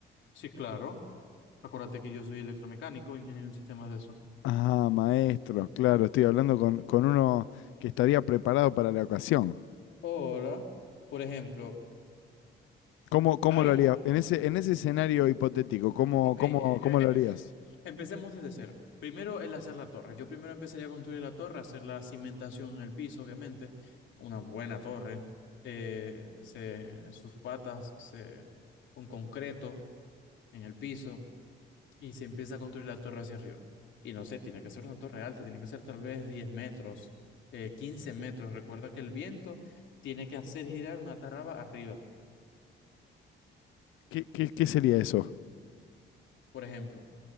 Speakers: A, on the left (about 70°); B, on the left (about 80°).
A: Sí, claro. Acuérdate que yo soy electromecánico, ingeniero en sistemas de eso.
B: Ah, maestro, claro, estoy hablando con, con uno que estaría preparado para la ocasión.
A: Ahora, por ejemplo,
B: ¿Cómo, cómo
A: hay,
B: lo haría? En ese, en ese escenario hipotético, ¿cómo,
A: ok,
B: cómo,
A: eh,
B: cómo
A: eh,
B: lo harías?
A: Empecemos desde cero. Primero el hacer la torre. Yo primero empezaría a construir la torre, hacer la cimentación en el piso, obviamente. Una buena torre. Eh, se, sus patas se, con concreto en el piso y se empieza a construir la torre hacia arriba. Y no sé, tiene que ser una torre alta, tiene que ser tal vez 10 metros, eh, 15 metros. Recuerda que el viento tiene que hacer girar una taraba arriba.
B: ¿Qué, qué, qué sería eso?
A: Por ejemplo,